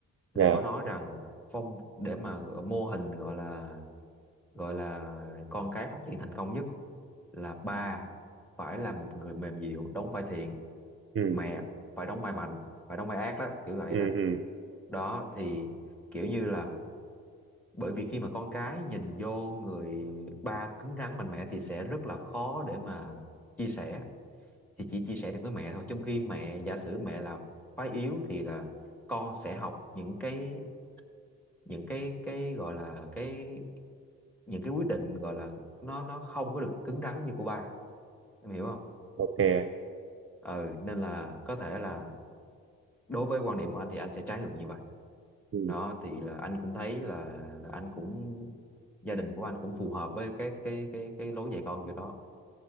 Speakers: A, on the right; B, in the centre.
A: dạ
B: là có nói rằng phong để mà ờ, mô hình gọi là gọi là con cái phát triển thành công nhất là ba phải là một người mềm dịu đóng vai thiện
A: ừ
B: mẹ phải đóng vai mạnh phải đóng vai ác đó kiểu vậy
A: ừ
B: đó
A: ừ
B: đó thì kiểu như là bởi vì khi mà con cái nhìn vô người ba cứng rắn mạnh mẽ thì sẽ rất là khó để mà chia sẻ thì chỉ chia sẻ được với mẹ thôi trong khi mẹ giả sử mẹ là phái yếu thì là con sẽ học những cái những cái cái gọi là cái những cái quyết định gọi là nó nó không có được cứng rắn như của ba em hiểu không
A: ok
B: ừ nên là có thể là đối với quan điểm của anh thì anh sẽ trái ngược như vậy
A: ừ.
B: đó thì là anh cũng thấy là anh cũng gia đình của anh cũng phù hợp với cái cái cái cái lối dạy con kiểu đó